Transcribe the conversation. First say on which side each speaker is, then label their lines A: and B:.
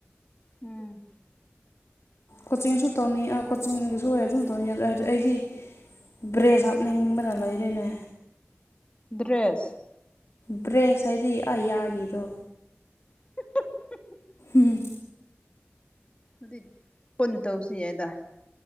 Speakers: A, on the left (about 25°); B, on the left (about 75°).
A: ꯎꯝ
B: ꯀꯣꯆꯤꯡꯁꯨ ꯇꯧꯅꯤ ꯀꯣꯆꯤꯡꯒꯤꯁꯨ ꯑꯣꯏ ꯑꯗꯨꯝ ꯇꯧꯅꯤ ꯑꯗꯨ ꯍꯥꯏꯗꯤ ꯑꯩꯗꯤ ꯕ꯭ꯔꯦꯁ ꯍꯥꯞꯅꯤꯡꯕꯅ ꯂꯣꯏꯔꯦꯅꯦ
A: ꯗ꯭ꯔꯦꯁ
B: ꯕ꯭ꯔꯦꯁ ꯍꯥꯏꯗꯤ ꯑ ꯌꯥꯒꯤꯗꯣ
A: <unintelligible>
B: ꯎꯝ
A: ꯑꯗꯨꯗꯤ ꯄꯨꯟꯅ ꯇꯧꯁꯤ ꯌꯥꯏꯗ